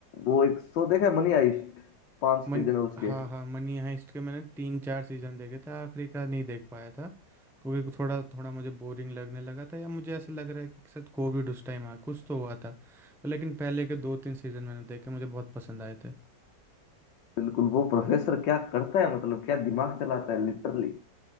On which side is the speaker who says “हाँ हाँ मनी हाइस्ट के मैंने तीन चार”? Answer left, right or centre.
Centre